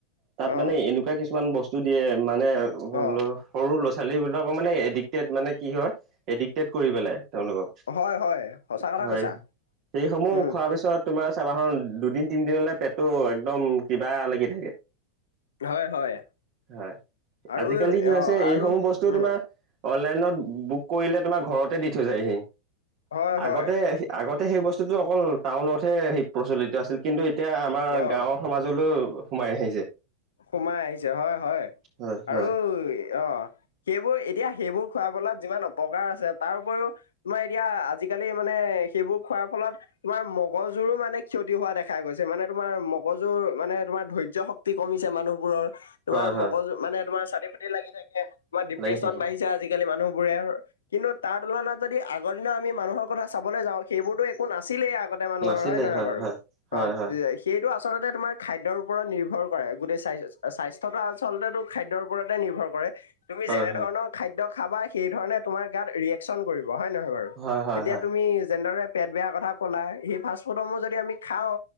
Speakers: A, on the right (about 40°); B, on the left (about 65°).
A: তাত
B: অ',
A: মানে এনেকুৱা কিছুমান বস্তু দিয়ে মানে সৰু,
B: অ',
A: সৰু ল'ৰা ছোৱালীবিলাকৰ মানে এডিক্টেড মানে কি হয়, এডিক্টেড কৰি পেলায়, তেওঁলোকক।
B: হয়, হয়, সঁচা কথা
A: হয়,
B: কৈছা,
A: সেই সমূহ
B: উম,
A: খোৱাৰ পিছত তোমাৰ চাবাহোন দুদিন, তিনদিনলে পেটটো একদম কিবা লাগি থাকে।
B: হয়, হয়।
A: হয়
B: আৰু
A: আজিকালি কি হৈছে,
B: অ', আৰু
A: এইসমূহ বস্তু
B: উম,
A: তোমা অনলাইনত বুক কৰিলে তোমাৰ ঘৰতে দি থৈ যায়হি।
B: হয়,
A: আগতে,
B: হয়,
A: আগতে তে সেই বস্তুটো অকল টাউনতহে সেই প্ৰচলিত আছিল কিন্তু, এতিয়া আমাৰ
B: অ',
A: গাঁৱৰ সমাজলৈও সোমাই আহিছে
B: সোমাই আহিছে হয়, হয়।
A: হয়
B: আৰু
A: হয়
B: অ', সেইবোৰ, এতিয়া সেইবোৰ খুৱাবলোৱাত যিমান অপকাৰ আছে, তাৰ উপৰিও তোমাৰ এতিয়া আ-আজি আজিকালি মানে সেইবোৰ খোৱাৰ ফলত তোমাৰ মগজুৰো মানে ক্ষতি হোৱা দেখা গৈছে। মানে তোমাৰ মগ জুৰ, মানে তোমাৰ ধৈৰ্য্য শক্তিক ছে মানুহবোৰৰ, তোমাৰ
A: হয় হয়
B: মগজু মানে তোমাৰ চাতি-ফতি লাগি থাকে। তোমাৰ ডিপ্ৰেচন
A: লাগি থাকে
B: বাঢ়িছে আজিকালি মানুহ বোৰেৰ, কিন্তু তাৰ তুলনাত যদি আগৰ দিনৰ আমি মানুহৰ কথা চাবলৈ যাওঁ, সেইবোৰতো একো নাছিলেই আগ গতে মানুহৰ
A: নাছিলে
B: হয়নে নহয়
A: হয়
B: বাৰু?
A: হয় হয়
B: অ',
A: হয়
B: দেই সেইটো আচলতে তোমাৰ খাদ্যৰ ওপৰত নিৰ্ভৰ কৰে। গোটেই স্বাই-স্বাস্থ্যকাৰ আচলতেটো খাদ্যৰ ওপৰতে নিৰ্ভৰ কৰে। তুমি
A: হয়
B: যেনে ধৰণৰ খাদ দ্য খাবা, সেই ধৰণে তোমাৰ গাত ৰিয়েকচন কৰিব হয় নহয় বাৰু?
A: হয় হয়
B: এতিয়া
A: হয় হয়
B: তুমি যেনেদৰে পেট বেয়া কথা ক'লা, সেই ফাষ্টফুডসমূহ যদি আমি খাওঁ